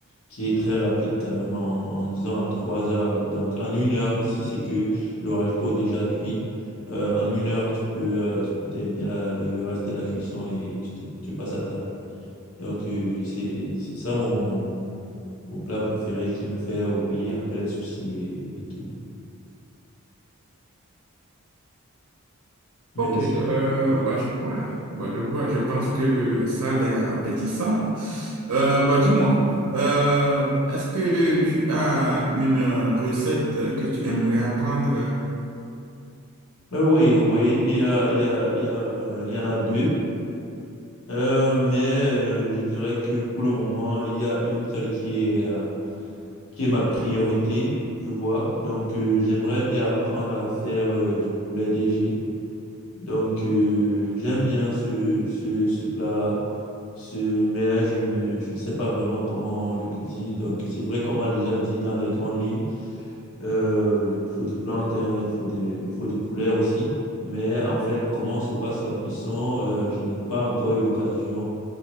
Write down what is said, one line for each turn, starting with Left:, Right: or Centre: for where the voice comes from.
Left: qui est très rapide quand même en, en disant en trois heures. Donc, en une heure, si c'est que le haricot est déjà cuit, euh, en une heure, tu peux, euh, tu peux terminer la- le, le reste de la cuisson et tu, te- tu passes à table. Donc, euh, c'est, c'est ça mon, mon- mon plat préféré qui me fait oublier un peu les soucis et, et tout. Mais
Right: Ok,
Left: aussi,
Right: euh,
Left: oui.
Right: bah, je vois, bah, je vois, je pense que ça a l'air appétissant. Euh, bah, dis-moi, euh, est-ce que tu as une euh, recette que tu aimerais apprendre?
Left: Euh, oui, oui, il y a, il y a, il y a, euh, il y en a deux. Euh, mais euh, je dirais que pour le moment, il y a une seule qui est, euh, qui est ma priorité, tu vois. Donc, euh, j'aimerais bien apprendre à faire euh, du poulet DG. Donc, euh, j'aime bien ce, ce, ce plat-là. Ce, mais je ne, je ne sais pas vraiment comment on le cuisine. Donc, c'est vrai qu'on m'a déjà dit dans les grandes lignes. Euh, il faut du plantain, il faut des, il faut du poulet aussi. Mais en fait, comment se passe la cuisson, euh, je n'ai pas encore eu l'occasion